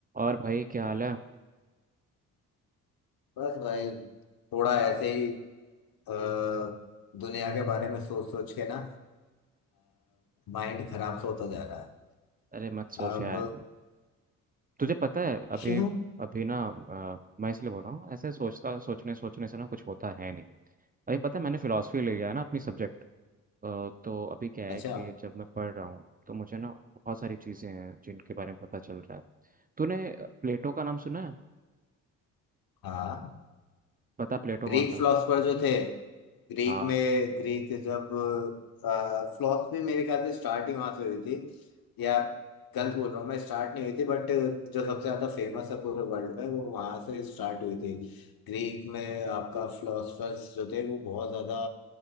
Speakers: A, on the right (about 20°); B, on the left (about 55°).
A: और भाई क्या हाल है
B: बस भाई थोड़ा ऐसे ही अ, दुनिया के बारे में सोच सोच के ना माइंड खराब सा होता जा रहा है
A: अरे मत सोच
B: अब
A: यार तुझे पता है अभी
B: क्यों
A: अभी ना अ, मैं इसलिए बोल रहा हूँ ऐसे सोचता सोचने सोचने से ना कुछ होता है नहीं अभी पता है मैंने फिलोसफी ले लिया है ना अपनी सब्जेक्ट तो अभी क्या है
B: अच्छा
A: कि जब मैं पढ़ रहा हूँ तो मुझे ना बहुत सारी चीज़ें हैं जिनके बारे में पता चल रहा है तूने प्लेटो का नाम सुना है
B: हाँ
A: पता प्लेटो
B: ग्रीक
A: कौन था
B: फिलोसफर जो थे ग्रीक
A: हाँ
B: में ग्रीक जब फिलोसफी मेरे ख्याल से स्टार्ट ही वहां से हुई थी या गलत बोल रहा हूँ मैं स्टार्ट नहीं हुई थी बट जो सबसे ज्यादा फेमस है पूरे वर्ल्ड में वो वहां से स्टार्ट हुई थी ग्रीक में आपका फिलोसफर्स जो थे वो बहुत ज्यादा